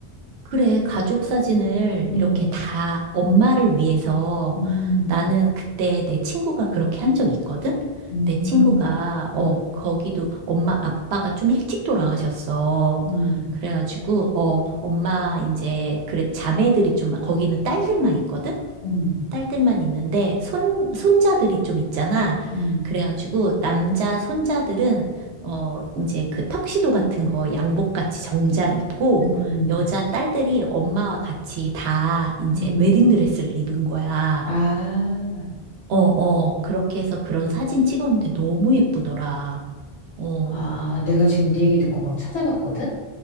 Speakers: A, on the right (about 80°); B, on the left (about 70°).
A: 그래, 가족 사진을
B: 음,
A: 이렇게 다 엄마를 위해서
B: 음,
A: 나는 그때 내 친구가 그렇게 한 적 있거든?
B: 음,
A: 내 친구가, 어,
B: 음,
A: 거기도 엄마, 아빠가 좀 일찍 돌아가셨어.
B: 음,
A: 그래가지고, 어, 엄마, 이제, 그래, 자매들이 좀, 막- 거기는 딸들만 있거든?
B: 음,
A: 딸들만 있는데 손 손자들이 좀 있잖아.
B: 음,
A: 그래가지고 남자 손자들은 어 이제 그 턱시도 같은 거 양복 같이 정장 입고
B: 음, 음.
A: 여자 딸들이 엄마와 같이 다 이제
B: 음.
A: 웨딩드레스를 입은 거야.
B: 아,
A: 어, 어. 그렇게 해서 그런 사진 찍었는데 너무 예쁘더라. 어.
B: 아, 내가 지금 네 얘기 듣고 막 찾아봤거든?